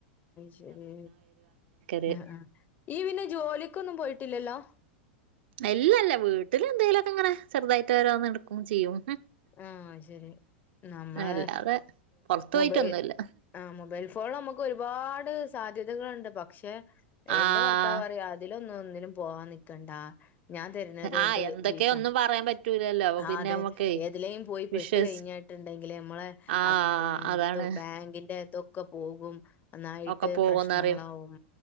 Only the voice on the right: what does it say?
ഒരു
ഇല്ലല്ലാ വീട്ടിൽ എന്തെലുംക്കെ ഇങ്ങനെ ചെറുതായിട്ട് ഓരോന്ന് ക്കും ചെയ്യും
അല്ലാതെ പൊറത്ത്
പോയിട്ടൊന്നുല്ല
ആഹ്
ആഹ് എന്തൊക്കെയ
ഒന്നും പറയാൻ പറ്റൂലല്ലോ അപ്പൊ
പിന്നെ
നമ്മക്കേ
വിഷസ്
ആഹ്
അതാണ്
ഒക്കെ പോകുന്നറിയും